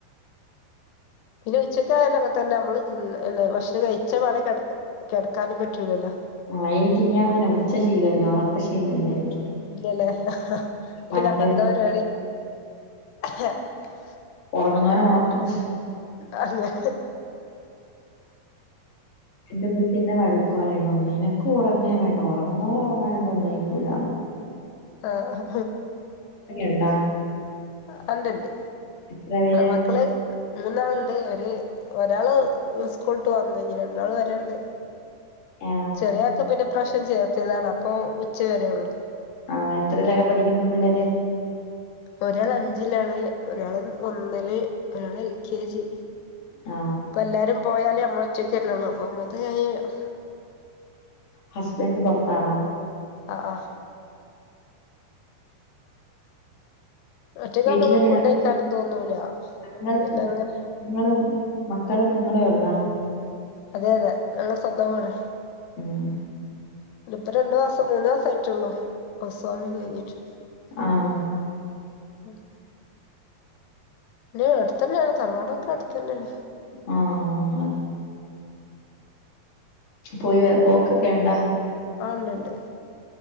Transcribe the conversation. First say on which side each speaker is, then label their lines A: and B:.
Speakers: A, on the left; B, on the left.
A: പിന്നെ ഉച്ചക്ക് ആയാലങ്ങ തന്നെ നമ്മള് ഭക്ഷണം കഴിച്ച പാടെ കേട കെടക്കാനും പറ്റൂലല്ലോ
B: ആഹ് എനിക്ക് ഞാൻ പിന്നെ ഉച്ചശീലല്ല ഒറക്കശീലല്ല എനിക്ക്
A: ഇല്ലല്ലേ
B: പണ്ട്
A: പിന്നപ്പ എന്താ പരിപാടി? <unintelligible>
B: ഉറങ്ങുന്നവരെ ഉണത്തും
A: അന്ങ്ങനെ
B: എന്റെറ മുത്ത് ന്നേ വഴക്ക് പറയും നിനക്ക് ഉറങ്ങേ വേണ്ട ഉറങ്ങുന്നവരെ ഉറങ്ങാനും സമ്മയിക്കൂലന്നോ
A: ആഹ
B: ഉണ്ടാ
A: ആ ഉണ്ട്ണ്ട്
B: എത്ര പേര്
A: മക്കള് മൂന്നാളുണ്ട് അവ ഒരാള് സ്കൂള്ട്ട് വന്നു ഇനി രണ്ടാള് വരണ്ട്
B: ആ
A: ചെറിയാക്ക് പിന്നെ ഇപ്രാവശ്യം ചേർത്തിയതാണ് അപ്പൊ ഉച്ച വരേ ഉള്ളൂ
B: ആഹ എത്രീലൊക്കെ പഠിക്കുന്നു പിള്ളേര്?
A: ഒരാൾ അഞ്ചിലാണ് ഒരാള് ഒന്നില് ഒരാള് എൽ കെ ജി
B: ആ
A: ഇപ്പ എല്ലാരും പോയാല ഒറ്റക്കല്ലള്ളോ <unintelligible>
B: ഹസ്ബന്റ് പൊറത്താണോ?
A: ആ ആ ഒറ്റക്കാവുമ്പോ
B: വീട്ടില്
A: നമുക്ക്
B: നിങ്ങ
A: ഫുഡ് കഴിക്കാനും തോന്നൂല
B: നിങ്ങ
A: പിന്നെ അങ്ങനെ
B: നിങ്ങളും മക്കളും നിങ്ങളേ ഉള്ളേ?
A: അതെ അതെ നങ്ങളെ സ്വന്തം വീടാ
B: ഉഹ
A: ഇപ്പ രണ്ടു മാസം മൂന്നു മാസം ആയിട്ടുള്ളൂ ഹൗസ് വാമിങ് കഴിഞ്ഞിട്ട്
B: ആഹ
A: ഉം ഉ ൻ അടുത്ത് തന്നെയാണ് തറവാടൊക്കെ അടുത്തുതന്നെയാണ്
B: ആ അ പോയി പോക്കൊക്കെ ഉണ്ട
A: ആ ഉണ്ട് ഉണ്ട്